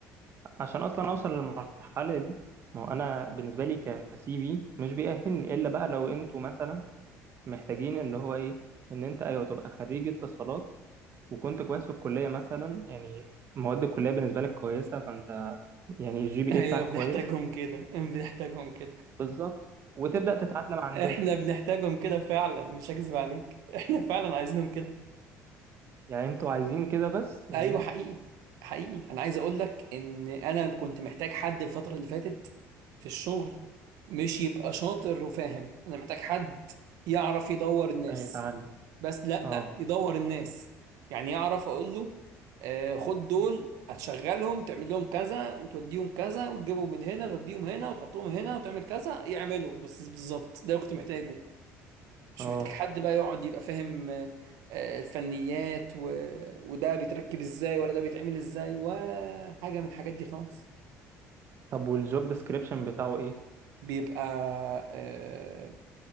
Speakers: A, on the right; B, on the right.
A: عشان اصلا اوصل للمرحله دي ما هو انا بالنسبه لي كسي في مش بيأهلني الا بقى لو انتوا مثلا محتاجين اللي هو ايه ان انت ايوه تبقى خريج اتصالات وكنت كويس في الكليه مثلا يعني مواد الكليه بالنسبه لك كويسه فانت يعني الجي
B: <laughs>
A: بي
B: ايوه
A: اي بتاعك
B: بنحتاجهم
A: كويس
B: كده بنحتاجهم كده
A: بالظبط وتبدأ تتعلم عندنا
B: احنا بنحتاجهم كده فعلا مش هكذب عليك <laughs> احنا فعلا عايزينهم كده
A: يعني انتوا عايزين كده بس يعني
B: ايوه حقيقي حقيقي انا عايز اقول لك ان انا كنت محتاج حد الفتره اللي فاتت في الشغل مش يبقى شاطر وفاهم انا محتاج حد يعرف يدور
A: <laughs>
B: الناس
A: لسه هيتعلم
B: بس لأ
A: اه
B: يدور الناس يعني يعرف أقول له آه، خد دول هتشغلهم تعمل لهم كذا وتوديهم كذا وتجيبهم من هنا توديهم هنا وتحطهم هنا وتعمل كذا يعملوا بس بالظبط ده اللي كنت محتاجه مش
A: اه
B: محتاج حد بقى يقعد يبقى فاهم آه، آه، الفنيات و... وده بيتركب ازاي ولا ده بيتعمل ازاي ولا حاجة من الحاجات دي خالص
A: طب والجوب ديسكريبشن بتاعه ايه
B: بيبقى آه،